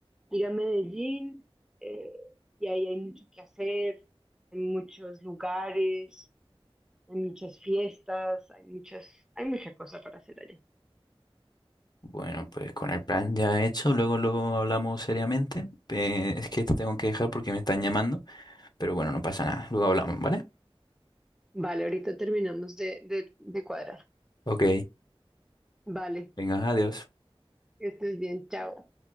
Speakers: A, in the centre; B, on the left.
A: ir a Medellín, eh, y ahí hay mucho que hacer, en muchos lugares, hay muchas fiestas, hay muchas, hay mucha cosa para hacer allá.
B: Bueno, pues con el plan ya hecho, luego lo hablamos seriamente. Eh, es que te tengo que dejar porque me están llamando, pero bueno, no pasa nada, luego hablamos, ¿vale?
A: Vale, ahorita terminamos de, de, de cuadrar.
B: Ok,
A: Vale,
B: venga, adiós.
A: que estés bien, chao.